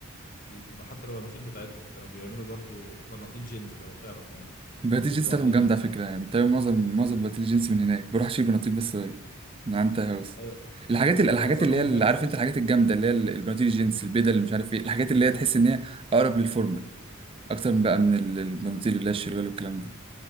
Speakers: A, on the left (about 40°); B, on the right (about 25°).
A: ال- حتى لو البناطيل بتاعتهم كانوا بيعملوا برضو بناطيل جينز لو تعرف يعني
B: بناديل
A: بيبقوا
B: الجنس بتاعتهم
A: عاملين
B: جامدة على فكرة يعني بتعمل معظم معظم
A: مم.
B: بناديل الجنس من هناك بروح أشيل بناطيل بس من عند تاي هاوس
A: ايوه
B: الحاجات
A: و-
B: ال- الحاجات
A: واسعارهم
B: اللي هي اللي
A: حلوه
B: عارف انت الحاجات الجامدة اللي هي ال- البناطيل الجينز البيضة اللي مش عارف ايه الحاجات اللي هي تحس ان هي أقرب للفورمال أكتر من بقى من ال- البناطيل اللي هي الشروال والكلام ده